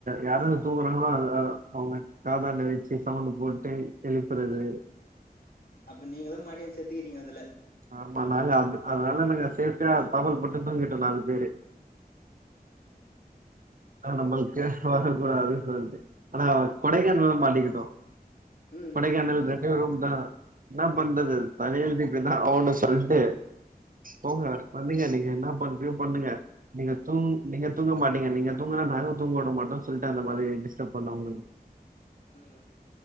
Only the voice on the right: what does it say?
யாராவது தூங்கறாங்ளோ அ அ அவுங்க காதாண்ட வெச்சி சவுண்டு போட்டு எழுப்புறது
ஆமா நாங்க அது அதனால நாங்க சேஃப்டியா தாப்பாலு போட்டுன் தூங்கிட்டோ நாலு பேரு அ நம்மளுக்கு கேஸ் வரக்கூடாது சொல்ட்டு ஆனா கொடைக்கானல்ல
மாட்டிக்கிட்டோ
கொடைக்கானல்
ரெண்டே ரூம் தா என்னா பண்றது
தலை எழுத்தே இருந்து தா ஆவணு சொல்ட்டு போங்க பண்ணுங்க நீங்க என்ன பண்றியோ பண்ணுங்க நீங்க தூங்
நீங்க தூங்க மாட்டீங்க நீங்க தூங்கினா நாங்க தூங்க உட மாட்டோ சொல்லிட்டு அந்த மாரி டிஸ்டர்ப் பண்ணோ அவுங்களுக்